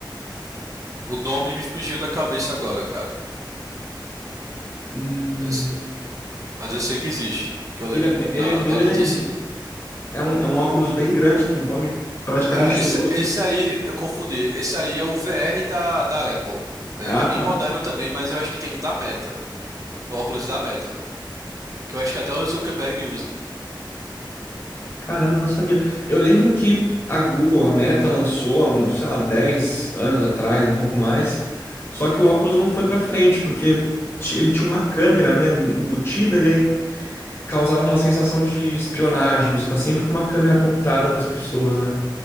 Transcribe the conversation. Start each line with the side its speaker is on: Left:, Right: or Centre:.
Right: O nome me fugiu da cabeça agora, cara.
Left: Hum,
Right: Mas, mas eu sei que existe, que eu lembro
Left: que ele é, be- ele
Right: na,
Left: é grande.
Right: da notícia.
Left: É um, é um óculos bem grande que envolve praticamente
Right: É,
Left: o
Right: esse,
Left: seu rosto.
Right: esse aí, eu confundi. Esse aí é o VR da, da Apple. Ele
Left: Ah,
Right: é bem
Left: tá.
Right: moderno também, mas eu acho que tem um da Meta. O óculos da Meta. Que eu acho que até o Zuckerberg usa.
Left: Caramba, eu não sabia. Eu lembro que a Google, a Meta, lançou há uns, sei lá, 10 anos atrás, um pouco mais. Só que o óculos não foi pra frente, porque ti- ele tinha uma câmera, né, em- embutida, e aí causava uma sensação de espionagem. Você tá sempre com uma câmera apontada pras pessoas, né?